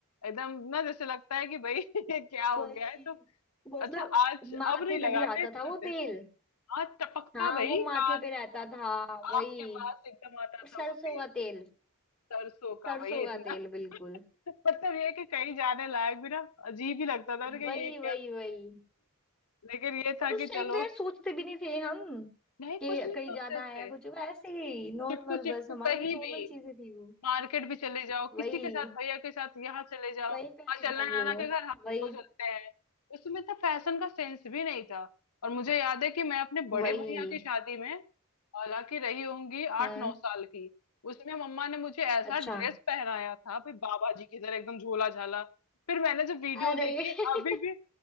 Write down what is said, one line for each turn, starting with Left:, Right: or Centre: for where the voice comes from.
Left: एकदम ना जैसे लगता है कि भाई <laughs> ये क्या हो
Centre: वही
Left: गया है तो
Centre: मतलब
Left: अच्छा आज
Centre: माथे
Left: अब नहीं
Centre: पे
Left: लगाते
Centre: भी आता
Left: इतना
Centre: था वो
Left: तेल
Centre: तेल
Left: आज टपकता
Centre: हाँ
Left: भाई
Centre: वो माथे
Left: कान
Centre: पे रहता था वही
Left: आँख के पास एकदम आता
Centre: और सरसों
Left: था वो तेल
Centre: का तेल
Left: सरसों का
Centre: सरसों
Left: भाई इतना
Centre: का तेल बिल्कुल
Left: <laughs> मतलब ये कि कहीं जाने लायक भी ना अजीब ही लगता था ना कि
Centre: वही
Left: ये क्या
Centre: वही वही
Left: लेकिन ये
Centre: और
Left: था
Centre: उस
Left: कि
Centre: टाइम
Left: चलो
Centre: तो यार सोचते भी नहीं थे हम
Left: नहीं
Centre: कि
Left: कुछ नहीं
Centre: कहीं
Left: सोचते
Centre: जाना
Left: थे
Centre: है या कुछ वो ऐसे ही नॉर्मल
Left: चिपकू चिपकू
Centre: बस हमारे
Left: कहीं
Centre: लिए नॉर्मल
Left: भी
Centre: चीजें थी वो
Left: मार्केट भी चले जाओ
Centre: वही
Left: किसी के साथ भैया के साथ यहाँ चले जाओ
Centre: कहीं पे भी
Left: हाँ चलना
Centre: घूम
Left: है
Centre: लो
Left: नाना के घर हाँ
Centre: वही
Left: चलो चलते हैं उसमें तो फैशन का सेंस भी नहीं था और मुझे याद है कि मैं अपने बड़े
Centre: वही
Left: भैया की शादी में हालांकि रही होंगी
Centre: हम्म
Left: आठ नौ साल की उसमें मम्मा ने मुझे ऐसा
Centre: अच्छा
Left: ड्रेस पहनाया था भाई बाबा जी की तरह एकदम झोला झाला फिर मैंने जब वीडियो
Centre: अरे
Left: देखी
Centre: <laughs>
Left: अभी भी